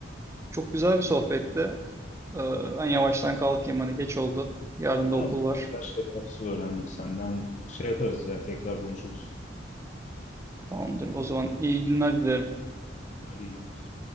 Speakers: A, on the right (about 15°); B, on the left (about 40°).
A: Çok güzel bir sohbetti. Ee, ben yavaştan kalkayım hani geç oldu. Yarın
B: Yani
A: da okul var.
B: güzel şeyler öğrendim senden. Şey yaparız ya tekrar konuşuruz.
A: Tamamdır. O zaman iyi günler dilerim.
B: Hadi iyi günler.